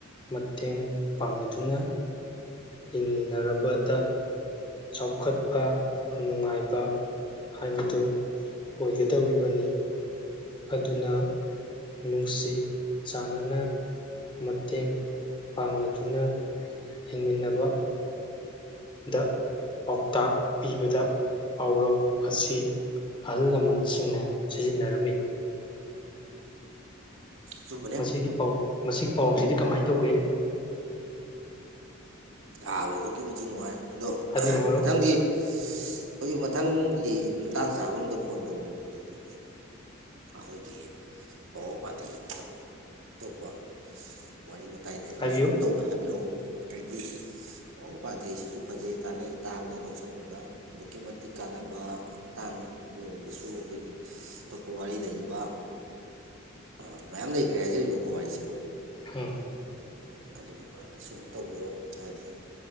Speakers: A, on the left; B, on the right.
A: ꯃꯇꯦꯡ ꯄꯥꯡꯅꯗꯨꯅ ꯍꯤꯡꯃꯤꯟꯅꯔꯕꯗ ꯆꯥꯎꯈꯠꯄ ꯅꯨꯡꯉꯥꯏꯕ ꯍꯥꯏꯕꯗꯨ ꯑꯣꯏꯒꯗꯧꯔꯤꯕꯅꯤ ꯑꯗꯨꯅ ꯅꯨꯡꯁꯤ ꯆꯥꯟꯅꯅ ꯃꯇꯦꯡ ꯄꯥꯡꯅꯗꯨꯅ ꯍꯤꯡꯃꯤꯟꯅꯕ ꯗ ꯄꯥꯎꯇꯥꯛ ꯄꯤꯕꯗ ꯄꯥꯎꯔꯧ ꯑꯁꯤ ꯑꯍꯜ ꯂꯃꯟꯁꯤꯡꯅ ꯁꯤꯖꯤꯟꯅꯔꯝꯃꯤ
B: ꯑꯆꯨꯝꯕꯅꯦ
A: ꯃꯁꯤꯒꯤ ꯄꯥꯎ ꯃꯁꯤꯒꯤ ꯄꯥꯎꯁꯤꯗꯤ ꯀꯃꯥꯏꯅ ꯇꯧꯒꯦ
B: ꯊꯥꯕꯗ ꯑꯗꯨꯛꯀꯤ ꯃꯇꯤꯛ ꯅꯨꯡꯉꯥꯏ ꯑꯗꯣ
A: ꯍꯥꯏꯕꯤꯔꯣ ꯃꯔꯨꯞ
B: ꯃꯊꯪꯒꯤ ꯑꯩꯈꯣꯏꯒꯤ ꯃꯊꯪꯒꯤ ꯇꯥꯡ ꯆꯥꯕ ꯑꯝꯗ ꯐꯣꯟ ꯇꯧꯕꯤꯔꯛꯄꯗꯗꯤ ꯑꯩꯈꯣꯏꯒꯤ ꯄꯔꯧ ꯄꯥꯟꯊꯩꯒꯤ ꯅꯠꯇꯕ ꯑꯇꯣꯞꯄ ꯋꯥꯔꯤ ꯋꯥꯇꯥꯏ ꯑꯇꯥꯏ ꯂꯩꯔꯒꯁꯨ
A: ꯍꯥꯏꯕꯤꯌꯨ
B: ꯑꯗꯨꯝ ꯇꯧꯕꯦ ꯍꯥꯏꯕꯤꯔꯛꯑꯣ ꯍꯥꯏꯗꯤ ꯑꯣ ꯄꯥꯡꯊꯩ ꯁꯤꯁꯨ ꯐꯖꯩ ꯀꯥꯟꯅꯩ ꯇꯥꯕꯗ ꯂꯧꯁꯟꯕꯗ ꯑꯗꯨꯛꯀꯤ ꯃꯇꯤꯛ ꯀꯥꯟꯅꯕ ꯃꯇꯥꯡ ꯑꯗꯨ ꯑꯣꯏꯔꯒꯁꯨ ꯑꯩꯈꯣꯏꯒꯤ ꯑꯇꯣꯞꯄ ꯋꯥꯔꯤ ꯂꯩꯔꯤꯕ ꯑ ꯃꯌꯥꯝ ꯂꯩꯈ꯭ꯔꯦ ꯍꯥꯏꯖꯔꯤꯕꯀ ꯄꯨꯋꯥꯔꯤꯁꯦ
A: ꯎꯝ
B: ꯎꯝ ꯑꯗꯨꯒꯤ ꯃꯔꯝꯗꯁꯨ ꯑꯗꯨꯝ ꯇꯧꯕꯤꯔꯣ ꯍꯥꯏꯗꯤ